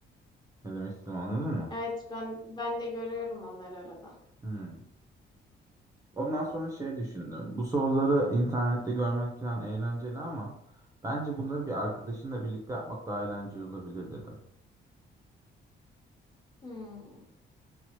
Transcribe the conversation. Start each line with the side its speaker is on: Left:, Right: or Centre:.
Right: Ne demek istedim anladın mı?
Left: Evet ben ben de görüyorum onları arada.
Right: Hmm. Ondan sonra şey düşündüm. Bu soruları internette görmek falan eğlenceli ama bence bunları bir arkadaşınla birlikte yapmak daha eğlenceli olabilir dedim.
Left: Hmm.